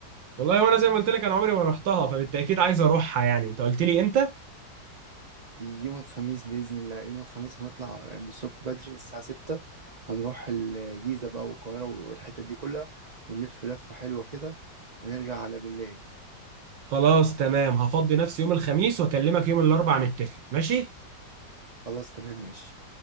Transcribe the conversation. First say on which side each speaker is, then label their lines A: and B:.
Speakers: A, on the right; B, on the right.
A: والله وأنا زي ما قلت لك أنا عمري ما روحتها فبالتأكيد عايز أروحها يعني أنت قلت لي إمتى
B: يوم الخميس بإذن الله يوم الخميس هنطلع من الصبح بدري من الساعة ستة هنروح الجيزة بقى والقاهرة والحتت دي كلها ونلف لفة حلوة كده ونرجع على بالليل
A: خلاص تمام هفضي نفسي يوم الخميس وأكلمك يوم الأربعاء نتفق ماشي
B: خلاص تمام ماشي